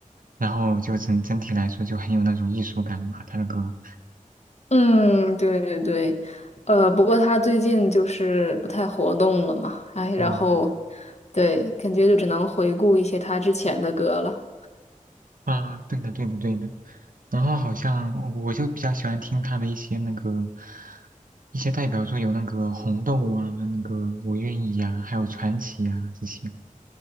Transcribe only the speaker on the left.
嗯，对对对，呃，不过她最近就是不太活动了嘛，哎，
然后对，感觉就只能回顾一些她之前的歌了。